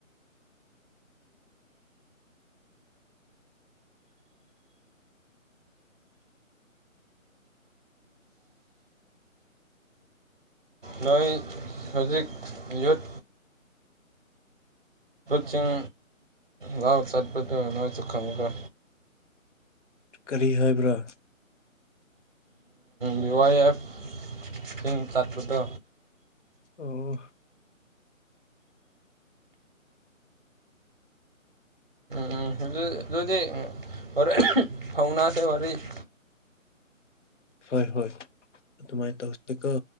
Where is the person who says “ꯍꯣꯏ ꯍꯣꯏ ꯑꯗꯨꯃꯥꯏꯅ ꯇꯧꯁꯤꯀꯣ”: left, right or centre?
Left